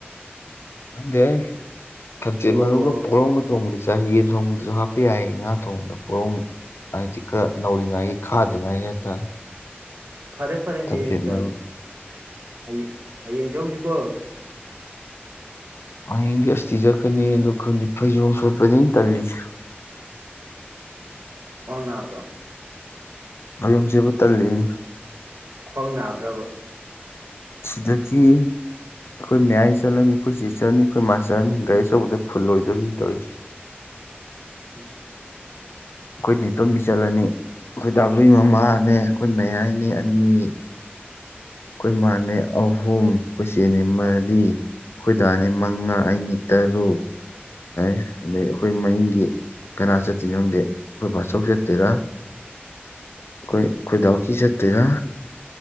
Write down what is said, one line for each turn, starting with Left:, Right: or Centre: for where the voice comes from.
Left: ꯈꯪꯗꯦꯍꯦ ꯊꯛꯆꯦꯠ
Right: ꯑꯣ
Left: ꯃꯔꯨꯒ ꯄꯨꯔꯣꯝꯒ ꯊꯣꯡꯕꯗꯤ ꯆꯥ ꯆꯥꯒꯦꯝ ꯊꯣꯡꯕꯗꯁꯨ ꯍꯥꯞꯄ ꯌꯥꯏ ꯉꯥ ꯊꯣꯡꯕꯗꯁꯨ ꯄꯣꯔꯣꯡ ꯍꯥꯏꯗꯤ ꯈꯔ ꯅꯧꯔꯤꯉꯩꯒꯤ ꯈꯥꯗ꯭ꯔꯤꯉꯩꯒꯤ ꯍꯥꯏꯇꯥꯔꯦ꯫
Right: ꯐꯔꯦ ꯐꯔꯦ
Left: ꯊꯝꯆꯦꯠ
Right: ꯍꯌꯦꯡ
Left: ꯃꯔꯨ
Right: ꯆꯠꯂ ꯍꯌꯦꯡ ꯆꯠꯂꯨꯁꯤꯀꯣ꯫
Left: ꯍꯌꯦꯡꯗꯤ ꯑꯁꯇꯤ ꯆꯠꯀꯅꯤ ꯑꯗꯨ ꯈꯪꯗꯦ ꯐꯩꯖꯣꯝ ꯁꯦꯠꯄꯅꯤ ꯑꯩꯅ ꯇꯜꯂꯤꯁꯦ꯫
Right: ꯈ꯭ꯋꯥꯡ ꯅꯥꯕ꯭ꯔꯣ꯫
Left: ꯐꯩꯖꯣꯝ ꯁꯦꯠꯄ ꯇꯜꯂꯤꯅꯦ꯫
Right: ꯈ꯭ꯋꯥꯡ ꯅꯥꯕ꯭ꯔꯕ꯫
Left: ꯁꯤꯗꯀꯤ꯫ ꯑꯩꯈꯣꯏ ꯃꯌꯥꯏ ꯆꯠꯂꯅꯤ ꯑꯩꯈꯣꯏ ꯆꯦ ꯆꯥꯠꯂꯅꯤ ꯑꯩꯈꯣꯏ ꯃꯥ ꯆꯠꯂꯅꯤ ꯒꯥꯔꯤ ꯑꯆꯧꯕꯗ ꯐꯨꯜ ꯑꯣꯏꯣꯏꯗꯣꯏꯅꯤ ꯇꯧꯔꯤꯁꯤ꯫
Right: ꯎꯝ꯫
Left: ꯑꯩꯈꯣꯏ ꯅꯤꯇꯣꯝꯕꯤ ꯆꯠꯂꯅꯤ ꯑꯩꯈꯣꯏ ꯗꯥꯂꯨꯏ ꯃꯃꯥꯅꯦ ꯑꯩꯈꯣꯏ ꯃꯌꯥꯏꯅꯦ ꯑꯅꯤ꯫ ꯑꯩꯈꯣꯏ ꯃꯥꯅꯦ ꯑꯍꯨꯝ ꯑꯩꯈꯣꯏ ꯆꯦꯅꯦ ꯃꯔꯤ꯫ ꯑꯈꯣꯏ ꯗꯥꯅꯤ ꯃꯉꯥ ꯑꯩꯅꯤ ꯇꯔꯨꯛ꯫ ꯍꯥꯏ ꯑꯗꯩ ꯑꯩꯈꯣꯏ ꯃꯅꯤꯡꯗꯤ ꯀꯅꯥ ꯆꯠꯇꯣꯏꯅꯣ ꯈꯪꯗꯦ ꯑꯩꯈꯣꯏ ꯕꯥꯆꯧ ꯆꯠꯇꯣꯏꯔꯥ꯫ ꯑꯩꯈꯣꯏ ꯈꯣꯏꯗꯥꯎꯀꯤ ꯆꯠꯇꯣꯏꯔꯥ꯫